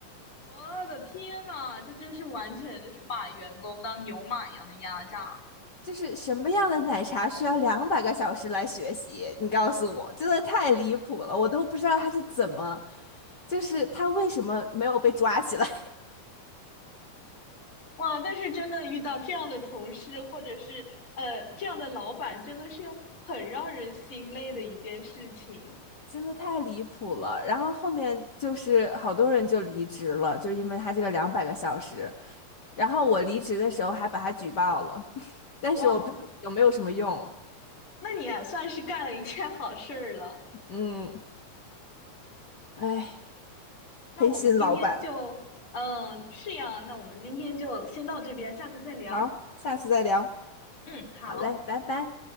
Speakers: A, on the left (about 35°); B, on the left (about 65°).
A: 我的天呐，这就是完全就是把员工当牛马一样的压榨
B: 就是什么样的奶茶需要两百个小时来学习？你告诉我，真的太离谱了，我都不知道他是怎么，就是他为什么没有被抓起来，
A: 哇！但是真的遇到这样的同事或者是呃这样的老板，真的是很让人心累的一件事情
B: <laughs> 真的太离谱了。然后后面就是好多人就离职了，就是因为他这个两百个小时。然后我离职的时候还把他举报了。但是我不知道有没有什么用。
A: 哇！那那你也算是干了一件好事儿了。
B: 嗯，哎，
A: 那我们今天就，
B: 黑心老板。
A: 嗯，是呀，那我们今天就先到这边，下次再聊。
B: 好，下次再聊。
A: 嗯，好。
B: 好嘞，拜拜。